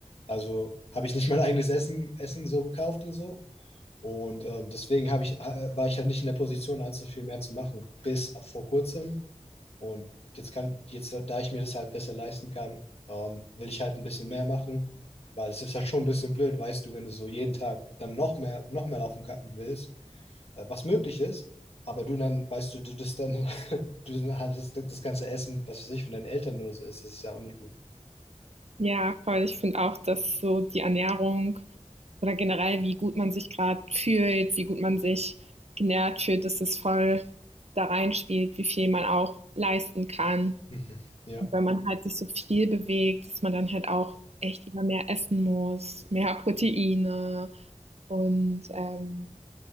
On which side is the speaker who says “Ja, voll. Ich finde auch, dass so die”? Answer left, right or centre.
Right